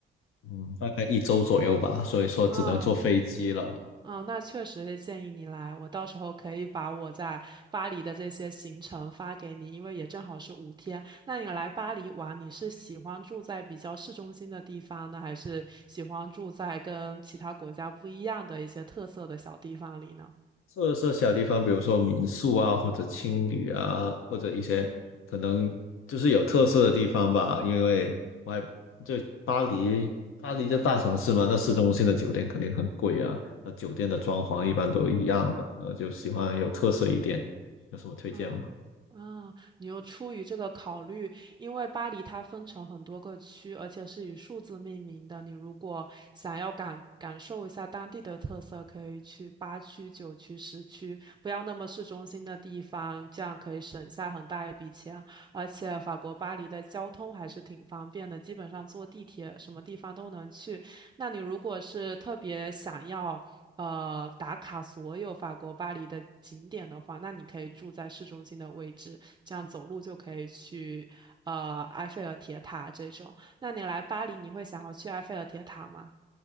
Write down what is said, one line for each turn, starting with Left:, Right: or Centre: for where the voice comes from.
Left: 嗯，大概一周左右吧，所以说只能坐飞机了。
Right: 啊、啊，那确实是建议你来，我到时候可以把我在巴黎的这些行程发给你，因为也正好是五天。那你来巴黎玩，你是喜欢住在比较市中心的地方呢，还是喜欢住在跟其他国家不一样的一些特色的小地方里呢？
Left: 特色小地方，比如说民宿啊，或者青旅啊，或者一些可能就是有特色的地方吧。
Right: 嗯。
Left: 因为我还就巴黎，巴黎这大城市嘛，那市中心的酒店肯定很贵啊。那酒店的装潢一般都一样的，那就喜欢有特色一点。有什么推荐吗？
Right: 嗯嗯，你又出于这个考虑，因为巴黎它分成很多个区，而且是以数字命名的。你如果想要感感受一下当地的特色，可以去八区、九区、十区，不要那么市中心的地方，这样可以省下很大一笔钱。而且法国巴黎的交通还是挺方便的，基本上坐地铁什么地方都能去。那你如果是特别想要。呃打卡所有法国巴黎的景点的话，那你可以住在市中心的位置，这样走路就可以去呃埃菲尔铁塔这种。那你来巴黎，你会想要去埃菲尔铁塔吗？